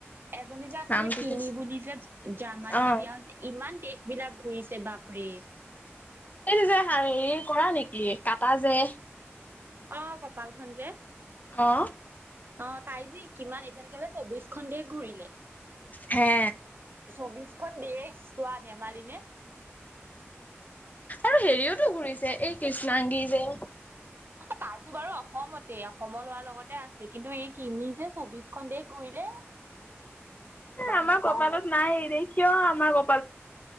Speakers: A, on the right; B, on the left.
A: এজনী যে আছে
B: নামটো
A: যে কিমি
B: কি
A: বুলি যে জাৰ্মানীনে
B: অ',
A: বিয়া হৈছে ইমান দেশ বিলাক ঘুৰিছে বাপৰে।
B: এইটো যে হ হেৰি কৰা নেকি? কাটা যে
A: অ কপাল খন যে।
B: অ।
A: অ তাই যি কিমান এতিয়ালৈকে চৌবিশখন দেশ ঘূৰিলে।
B: হে
A: চৌবিশখন দেশ চোৱা ধেমালি নে?
B: আৰু হেৰিওতো ঘূৰিছে এই কৃষ্ণাংগী যে।
A: তাইতো বাৰু অসমতে অসমৰ লৰা লগতে আছে। কিন্তু এই কিমি যে চৌবিশখন দেশ ঘূৰিলে। বাহে
B: আমাৰ কপালত নাইৰে কিয় আমাৰ কপ